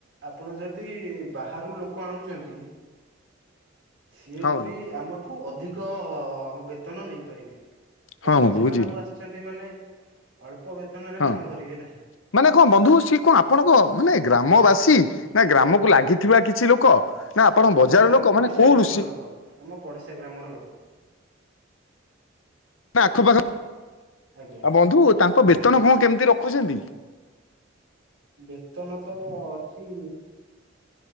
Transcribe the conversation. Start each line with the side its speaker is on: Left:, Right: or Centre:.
Right: ଆପଣ ଯଦି ବାହାରୁ ଲୋକ ଆଣୁଛନ୍ତି, ସିଏ
Left: ହଁ ବନ୍ଧୁ
Right: ବି ଆମ ଠୁ ଅଧିକ ବେତନ ନେଇପାରିବେ, କାରଣ
Left: ହଁ ବନ୍ଧୁ
Right: ସେ
Left: ବୁଝିଲି।
Right: ବାହାରୁ ଆସିଛନ୍ତି ମାନେ ଅଳ୍ପ ବେତନରେ
Left: ହଁ
Right: କାମ କରିବେ ନାହିଁ।
Left: ମାନେ କଣ ବନ୍ଧୁ ସିଏ କଣ ଆପଣଙ୍କ ମାନେ ଗ୍ରାମବାସୀ ନା ଗ୍ରାମକୁ ଲାଗିଥିବା କିଛି ଲୋକ ନା ଆପଣ
Right: ଏଇ
Left: ବଜାର
Right: ଆମ
Left: ଲୋକ
Right: ପଡିଶା
Left: ମାନେ କୋଉ
Right: ଗ୍ରାମର
Left: ଋଷି
Right: ଲୋକ, ଆମ ପଡିଶା ଗ୍ରାମର ଲୋକ।
Left: ଆଖପାଖ,
Right: ଆଜ୍ଞା।
Left: ଆଉ ବନ୍ଧୁ ତାଙ୍କ ବେତନ କଣ କେମିତି ରଖୁଛନ୍ତି?
Right: ବେତନ ତ ଅଛି?